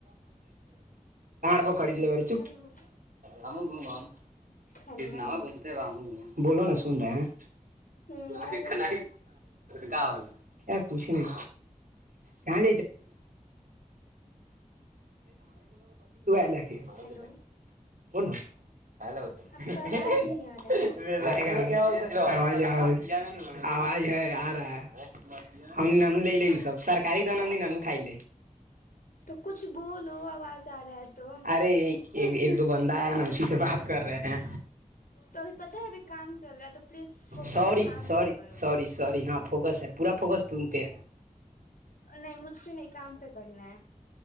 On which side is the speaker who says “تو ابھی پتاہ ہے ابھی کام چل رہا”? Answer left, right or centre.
Left